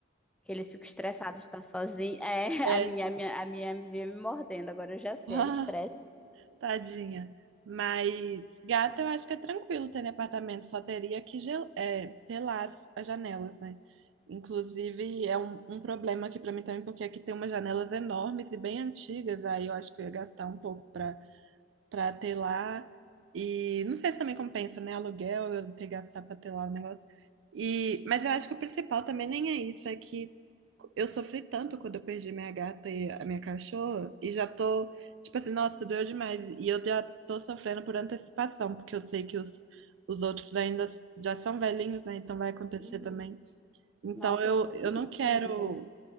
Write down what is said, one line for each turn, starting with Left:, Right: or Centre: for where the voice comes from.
Centre: Que eles ficam estressados de estar sozinho. É, <laughs>
Right: é,
Centre: a minha,
Right: é.
Centre: a minha, a minha vinha me mordendo, agora eu já sei,
Right: <laughs>
Centre: era estresse.
Right: Tadinha. Mas gato eu acho que é tranquilo ter em apartamento, só teria que gel é, telar as, as janelas, né? Inclusive, é um, um problema aqui para mim também, porque aqui tem umas janelas enormes e bem antigas, aí eu acho que eu ia gastar um pouco para pra ter lá. E não sei se também compensa, né? Aluguel, eu ter que gastar pra ter lá o negócio. E, mas eu acho que o principal também nem é isso, é que eu sofri tanto quando eu perdi minha gata e a minha cachorra, e já tô, tipo assim, nossa, doeu demais. E eu já tô sofrendo por antecipação, porque eu sei que os, os outros ainda já são velhinhos, né? Então vai acontecer
Centre: Uhum.
Right: também. Então
Centre: Nossa,
Right: eu,
Centre: eu sinto
Right: eu não
Centre: muito,
Right: quero
Centre: amiga.